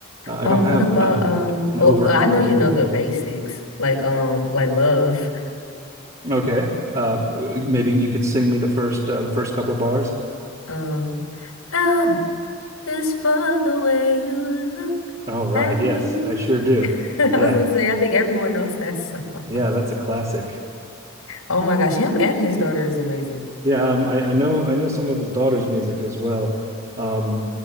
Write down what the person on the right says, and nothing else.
Uh, I
don't have
uh,
an
overt
familiarity
with
them.
Okay. Uh, maybe you could sing me the first uh, the first couple bars.
Oh, right.
Yes, I sure do.
Yeah.
Yeah,
that's a classic.
Yeah, um, I, I know I know some of his daughter's music as well. Um,